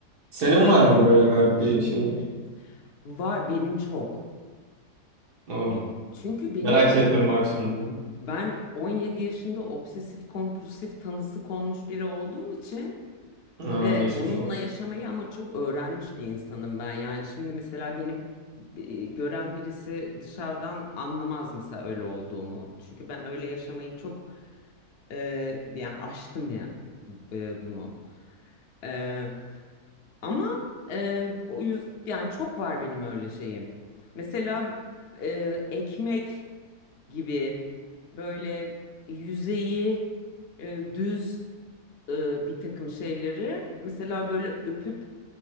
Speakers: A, on the right (about 85°); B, on the left (about 75°).
A: Senin
B: İşte
A: var mı böyle garip
B: kim
A: bir şey?
B: bilir. Var benim çok.
A: Oo,
B: Çünkü benim
A: merak ettim bak şimdi.
B: ben 17 yaşında obsesif kompulsif tanısı konmuş biri olduğum için
A: Ha,
B: ve
A: geçmiş
B: onunla
A: olsun.
B: yaşamayı ama çok öğrenmiş bir insanım ben. Yani şimdi mesela beni e, gören birisi dışarıdan anlamaz mesela öyle olduğumu. Çünkü ben öyle yaşamayı çok e, yani aştım ya e, bunu. E, Ama e, o yüzden yani çok var benim öyle şeyim. Mesela e, ekmek gibi böyle yüzeyi e, düz e, bir takım şeyleri mesela böyle öpüp